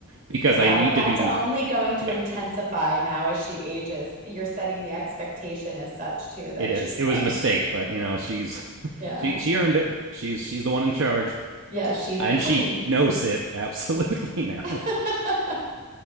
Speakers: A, on the right (about 60°); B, on the right (about 35°).
A: because I
B: Well,
A: need
B: that's
A: to be.
B: only going to
A: Yeah,
B: intensify now as she ages. You're setting the expectation as such, too, that
A: it is.
B: she's
A: It was
B: like,
A: a mistake, but you know, she's <laughs>
B: yeah,
A: she she earned it. She's she's the one in charge.
B: yeah, she's
A: And
B: the queen.
A: she knows it <laughs> absolutely now.
B: <laughs>